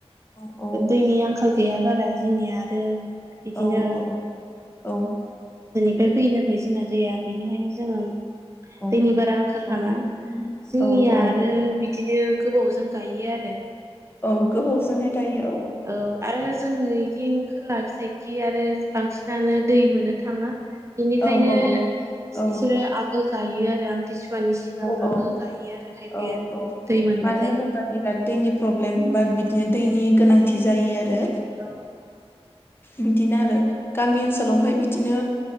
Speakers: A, on the left; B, on the right.
A: औ औ
B: दैनि आंखाल गैयाबा फोर जोंनिया आरो बिदिनो
A: औ औ औ
B: मफ्राय फैयोनलै जोंना दैया बेनिखायनो जोङो
A: औ
B: दैनि बारा आंखाल
A: औ
B: खालामा जोंनिया
A: औ औ
B: आरो बिदिनो गोबाव जायो गायो आरो।
A: औ गोबावजोंहाय गायो औ ।
B: औ आरो जों बिदि खोला फिसाइखि आरो बांसिनानो दै मोननो थाङा बेनिखायनो
A: औ औ औ
B: बिसोरो आगोल गायो आरो आमथिसु सुवानि सिगाङाव
A: औ
B: गायो आरो खायफाया
A: औ औ
B: दै मोनबाथाय
A: मानो होनोबा बिराद दैनि प्रब्लेम बा बिदिनो दैनि गोनांथि जायो आरो
B: औ
A: बिदिनो आरो गामि ओनसोलावहाय बिदिनो